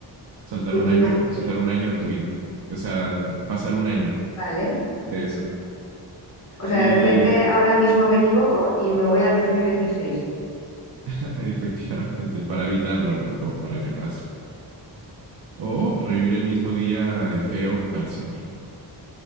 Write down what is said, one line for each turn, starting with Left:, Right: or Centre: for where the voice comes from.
Right: saltar un año,
Left: imagínate,
Right: saltar un año de tu vida. O sea, pasar un año
Left: vale.
Right: de eso.
Left: O sea,
Right: Y
Left: de repente ahora mismo me equivoco y me voy al 2026.
Right: <laughs> efectivamente, para evitarlo, ¿no? Como para que pase. O revivir el mismo día eh, feo para siempre.